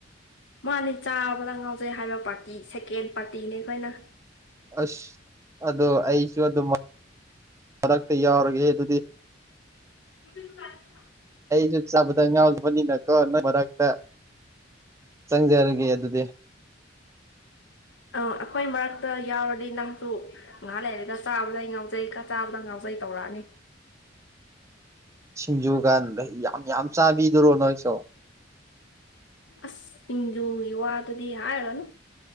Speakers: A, on the left; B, on the right.
A: ꯃꯥꯅꯦ ꯆꯥꯕꯗ ꯉꯥꯎꯖꯩ ꯍꯥꯏꯕ ꯄꯥꯔꯇꯤ ꯁꯦꯀꯦꯟ ꯄꯥꯔꯇꯤꯅꯦ ꯑꯩꯈꯣꯏꯅ
B: ꯑꯁ ꯑꯗꯨ ꯑꯩꯁꯨ ꯑꯗꯨ ꯃꯔꯛꯇ ꯌꯥꯎꯔꯒꯦ ꯑꯗꯨꯗꯤ
A: <unintelligible>
B: ꯑꯩꯖꯨ ꯆꯥꯕꯗ ꯉꯥꯎꯖꯕꯅꯤꯅꯀꯣ ꯅꯣꯏ ꯃꯔꯛꯇ ꯆꯪꯖꯔꯒꯦ ꯑꯗꯨꯗꯤ
A: ꯑꯪ ꯑꯩꯈꯣꯏ ꯃꯔꯛꯇ ꯌꯥꯎꯔꯗꯤ ꯅꯪꯁꯨ ꯉꯥꯏꯍꯥ ꯂꯩꯔꯦꯒ ꯆꯥꯕꯗꯩ ꯉꯥꯎꯖꯩ ꯀ ꯆꯥꯕꯗ ꯉꯥꯎꯖꯩ ꯇꯧꯔꯛꯑꯅꯤ
B: ꯁꯤꯡꯖꯨꯀꯥꯟꯗ ꯌꯥꯝ ꯌꯥꯝ ꯆꯥꯕꯤꯗꯔꯣ ꯅꯣꯏꯁꯨꯣ
A: ꯑꯁ ꯏꯖꯨ ꯌ ꯋꯥ ꯑꯗꯨꯨꯗꯤ ꯍꯥꯏꯥꯂꯅ